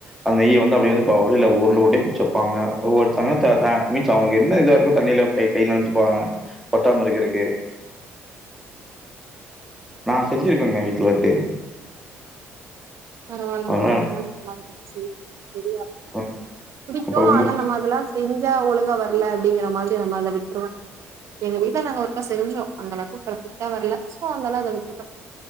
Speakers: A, in the centre; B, on the right.
A: அந்த நெய்ய வந்து அப்டி வந்து அப்டில உருண்ட உருண்டையா பிடிச்சு வெப்பாங்க ஒவ்வொருத்தங்க த தட் மீன்ஸ் அவங்களுக் என்ன இதா இருக்கோ தண்ணில கை கை நனச்சுப்பாங்க ஒட்டாம இருக்கறக்கு நா செஞ்சிருக்கங்க வீட்ல லட்டு
B: பரவாலங்க
A: அதனால
B: எனக்கெலா நெஜமாவே செய்ய தெரியாது
A: ம்
B: புடிக்கு
A: அப்புறம் மு
B: ஆனா நம்ம அதெல்லா செஞ்சு ச ஒழுங்கா வரல அப்படிங்கிற மாரி நம்ம அத விட்ருவ எங்க வீட்ல நாங்க ஒருக்கா செஞ்சோ அந்தளவுக்கு பர்ஃபக்டா வரல சோ அதனால அத விட் டுட்டோ